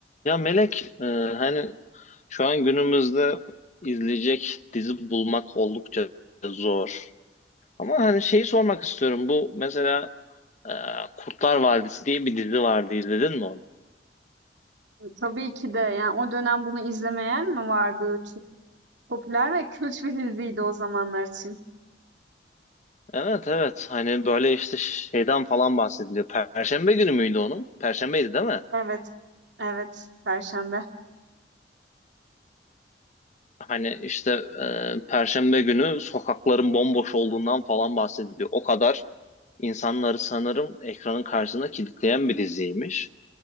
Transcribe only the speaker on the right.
Tabii ki de yani o dönem bunu izlemeyen mi vardı? Çok popüler ve kült bir diziydi o zamanlar için.
Evet, evet, Perşembe.